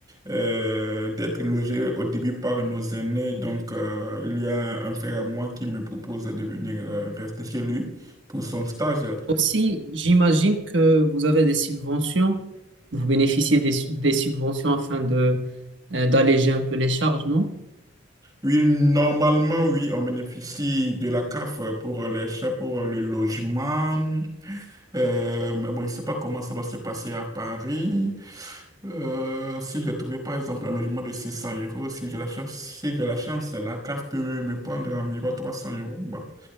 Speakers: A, on the right; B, on the right.
A: euh, d'être logés au début par nos aînés. Donc, euh, il y a un frère à moi qui me propose de venir euh, rester chez lui pour son stage.
B: Aussi, j'imagine que vous avez des subventions, vous bénéficiez des, su- des subventions afin de euh, d'alléger un peu les charges, non?
A: Oui, normalement, oui, on bénéficie de la CAF pour les chats, pour le logement. Euh, mais bon, je ne sais pas comment ça va se passer à Paris. Euh, si j'ai trouvé, par exemple, un logement de 600 euros, si j'ai la chance, si j'ai la chance, la CAF peut me prendre environ 300 euros. Bah,